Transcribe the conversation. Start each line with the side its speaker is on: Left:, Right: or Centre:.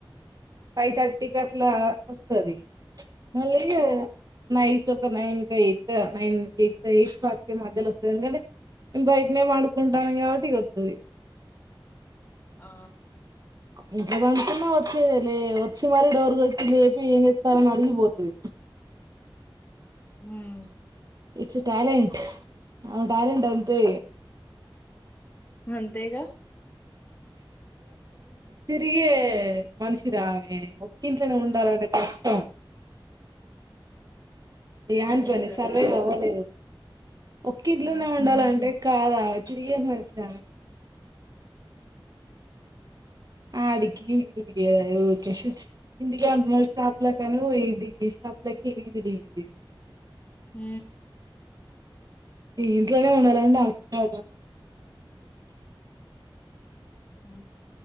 Right: ఫైవ్ థర్టీకి అట్లా వస్తుది మళ్ళీ నైత్ ఒక nine eighth nine eighth eight forty మధ్యలో వస్తుంది ఎందుకంటే నేను బయటనే వాండుకుంటాను కాబట్టి ఇక వస్తుది
Left: ఆ
Right: ఇంత పంటతున్నా వచ్చేద లే వచ్చి మరి డోర్ కట్టి లేపి ఏం చెస్తారని అడిగిపోతుది
Left: హ్మ్
Right: it's a talent a talent అంతే
Left: అంతేగా
Right: తిరిగే మనిషి రా ఆమె ఒకింట్లోనే ఉండాలంటే కష్టం ఏవంట
Left: ఏంటిదక్క?
Right: అన్నిసార్లు <unintelligible> ఒక్క ఇట్లోనే
Left: ఆ!
Right: ఉండాల అంటే కాదా చి మరిచిన అడికి ఇరిగి తిరిగేదా ఇందుక అంత షాపు ల కాని షాపులకి ఇరిగి తిరిగేది
Left: హ
Right: ఇంట్లోనే ఉండాలండి ఆ కా
Left: ఉ